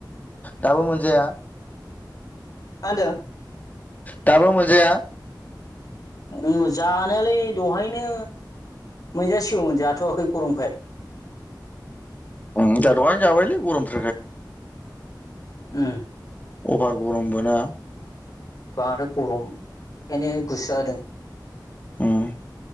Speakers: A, on the left; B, on the left.
A: दाबो मोनजाया?
B: मा होनदों?
A: दाबो मोनजाया?
B: उम जानायालाय दहायनो मोनजासिगौमोन जाथ'वाखै गरमखाय।
A: उम जोहा दहैनो जाबायलै गरम
B: उम
A: अभार गरम बोना
B: बांद्राय गरम ओंखायनो गोसा होदों
A: उम